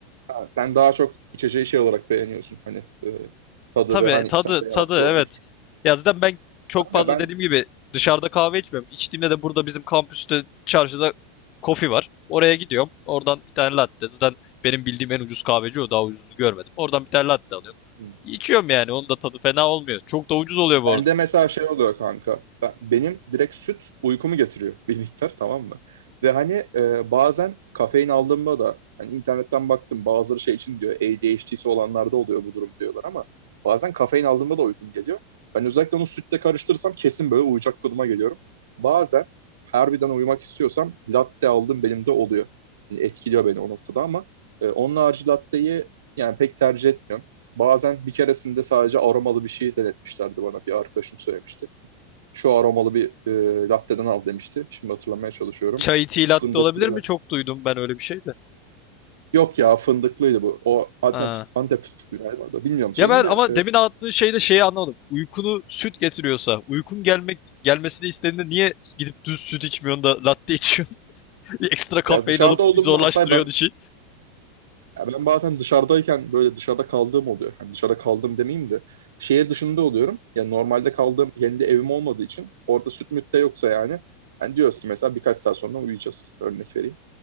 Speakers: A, on the right; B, on the left.
A: ha, sen daha çok içeceği şey olarak beğeniyorsun hani e, tadı
B: Tabii
A: ve hani
B: tadı
A: sende yarattığı
B: tadı
A: o
B: evet.
A: etkinden
B: Ya zaten ben çok fazla
A: ya
B: dediğim gibi dışarıda kahve içmiyorum. İçtiğimde de burada bizim kampüste çarşıda kofi var. Oraya gidiyorum. Oradan bir tane latte. Zaten benim bildiğim en ucuz kahveci o. Daha ucuzunu görmedim. Oradan bir tane latte alıyorum.
A: ben
B: İçiyorum yani. Onun da tadı fena olmuyor. Çok da ucuz oluyor bu
A: Bende
B: arada.
A: mesela şey oluyor kanka. Ben- benim direkt süt uykumu getiriyor bir miktar tamam mı? Ve hani e, bazen kafein aldığımda da hani internetten baktım bazıları şey için diyor ADHD'si olanlarda oluyor bu durum diyorlar ama bazen kafein aldığımda da uykum geliyor. Ben özellikle onu sütle karıştırırsam kesin böyle uyuyacak konuma geliyorum. Bazen harbiden uyumak istiyorsam latte aldım benim de oluyor. Yani etkiliyor beni o noktada ama e, onun harici latteyi yani pek tercih etmiyorum. Bazen bir keresinde sadece aromalı bir şey denetmişlerdi bana. Bir arkadaşım söylemişti. Şu aromalı bir e, latte'den al demişti. Şimdi hatırlamaya çalışıyorum.
B: Çay tea latte
A: Fındıklı.
B: olabilir
A: mı?
B: mi? Çok duydum ben öyle bir şey de.
A: Yok ya fındıklıydı bu. O Antep,
B: Ha.
A: fıst- Antep fıstıklı galiba da. Bilmiyorum şeyini
B: Ya ben
A: de.
B: ama
A: e,
B: demin anlattığın şeyde şeyi anlamadım. Uykunu süt getiriyorsa, uykun gelmek gelmesini istediğinde niye gidip düz süt içmiyorsun da latte içiyorsun? Bir ekstra kafein
A: ya dışarıda
B: alıp
A: olduğum
B: zorlaştırıyor
A: varsa ben
B: dişi.
A: ya ben bazen dışarıdayken böyle dışarıda kaldığım oluyor. Hani dışarıda kaldım demeyeyim de şehir dışında oluyorum. Yani normalde kaldığım kendi evim olmadığı için orada süt müt de yoksa yani. Hani diyoruz ki mesela birkaç saat sonra uyuyacağız. Örnek vereyim.